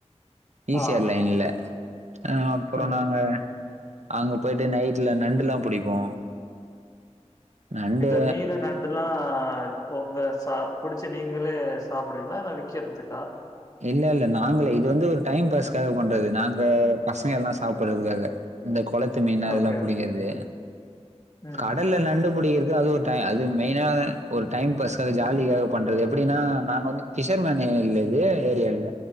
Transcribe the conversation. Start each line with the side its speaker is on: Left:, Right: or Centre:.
Left: ஆ.
Right: ஈஸியார் லைன்ல ஆ அப்புறோ
Left: ம்.
Right: நாங்க அங்க பொயிட்டு நைட்ல நண்டுலா புடிப்போ நண்டு
Left: இந்த மீனு நண் இதெல்லா ஒங்க ச புடிச்சு நீங்களே சாப்புடுவிங்களா இல்ல விக்கறதுக்கா
Right: இல்ல இல்ல நாங்களே இது வந்து ஒரு டைம் பாஸ்காக பண்றது நாங்க பசங்க எல்லா சாப்பறதுக்காக இந்த கொளத்து மீனா அதெல்லா
Left: ஓகே,
Right: புடிக்கிறது
Left: ஓகே. ம்.
Right: கடல்ல நண்டு புடிக்கிறது அது ஒரு த அது மெயினாக ஒரு டைம் பாஸ்காக ஜாலிக்காக பண்றது எப்டின்னா நாங்க வந்து ஃபிஷர்மேனு இல்ல இது ஏரியால